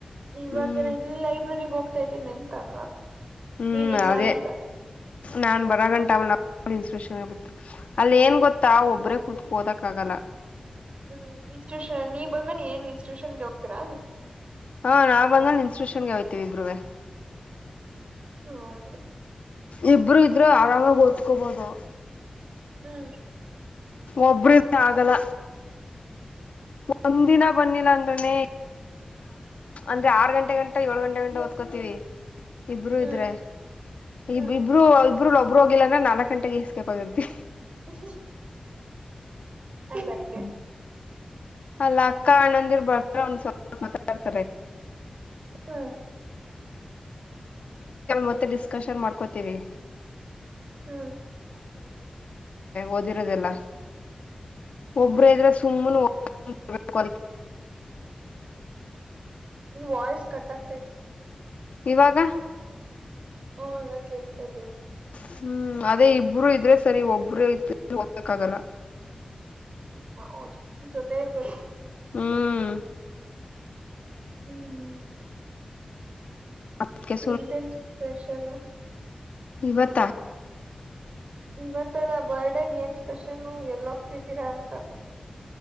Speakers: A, on the right; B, on the left.
A: ಇವಾಗೇಏನ
B: ಹ್ಮ್
A: ಇಲ್ಲಿ ಲೈಬ್ರಗ್ ಹೋಗ್ತಾತಿನ್ಿ ನೆನ್ಂತಲ್ವ
B: ಹ್ಮ್
A: ಏನಿಲ್ಲ
B: ಅದೇ
A: ಅಂತ
B: ನಾನ್ ಬರ ಗಂಟ ಅವನ ನ್ಸ್ಪಿರೇನ್ ಅಲ್ಲಿ ಏನ್ ಗೊತ್ತಾ ಒಬ್ಬ್ರೇ ಕೂತ್ಕ ಓದಕ್ ಆಗಲ್ಲ
A: ಹ್ಮ್ ಇನ್ಸ್ಟಿಟ್ಯೂಷನ್ ನೀ ಬಂದ್ಮೇಿ ಏನ್ ಇನ್ಸ್ಟಿಟ್ಯೂಷನ್ಗೆ ಹೋಗ್ತೀರಾ
B: ಹಾ ನಾವ ಬಂದ ಇನ್ಸ್ಟಿಟೂಷನ್ಗೆ ಹಯ್ತೀವಿ ಇಬ್ರೆ
A: ಹ್ಮ
B: ಇಬ್ರು ಇದ್ರರು ಆರಾಮಾಗಿ ಓದ್ಕೋಬೋದು
A: ಹ್ಮ್
B: ಒಬ್ರ ಆಗಲ್ಲ ಒಂದಿನ ಬನ್ನಿಲ್ಲ ಅಂದ್ರನೆ ಅಂದ್ರೆ ಆರ್ ಗಂಟೆ ಗಂಟೆ ಏಳು ಗಂಟೆ ಗಂಟೆ ಓದ್ಕೋತೀವಿ ಇಬ್ರುೂ
A: ಹ್ಮ್
B: ಇದ್ರೆ
A: ಹ್ಮ್
B: ಇ ಇಬರು ಇಬ್ರು ಒಬ್ರು ಹೋಗಿಲ್ಲಂದ ನಾಲ್ಕ್ ಗಂಟೆಗೆ ಎಸ್ಕೇ ಆಗಿರ್ತಿ
A: ನ ಸಂಂಗೆ
B: ಅಲ್ಲ ಅಕ್ಕ ಅಣ್ಣಂದಿರ್ ಬರ್ ಒ ಸ್ವಲ್ಪ ಮಾತಾಡ್ತಾರೆ
A: ಹ್ಮ್
B: ಮತ್ತೆ ಡಿಸ್ಕಷನ್ ಮಾಡ್ಕೋತೀವಿ
A: ಹ್ಮ
B: ಓದಿರದೆಲ್ಲ ಒಬ್ರ ಇದ್ರ ಸುಮ್ಮ್ ಕದ
A: ನೀ ವಾಯಸ್ ಕಟ್ಟಾಗತೆ
B: ಇವಾಗ
A: ಹ್ಮ ನಲ್ಲ ಕೇೇಳತ ಇದ್ದೀ
B: ಹ್ಮ್ ಅದೇ ಇಬ್ರುೂ ಇದ್ರೆ ಸರಿ ಒಬ್ಬ್ರೇ ಇತ್ತು ಹೋಗ್ಾಗಲ್ಲ
A: ಹದು ಜೊತೆರ್ ಬ
B: ಹ್ಮ್
A: ಹ್ಮ್
B: ಅದ್ಕೆ
A: ವಿಂಟೆನ್ಸ್ ಪ್ರಷಲ್ಲ
B: ಇವತ್ತ
A: ಇವತ್ತೆಲ್ಲ ಬರ್ಡೇಗ್ ಏನ್ ಸ್ಪೆಷಲ್ ಎಲ್ಲೋಗ್ತಿದ್ದೀರಾ ಅಂತಂದೆ